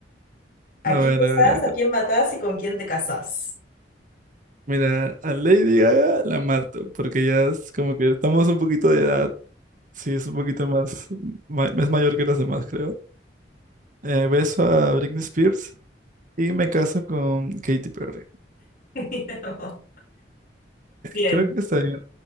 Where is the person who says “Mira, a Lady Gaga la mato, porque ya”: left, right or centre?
Right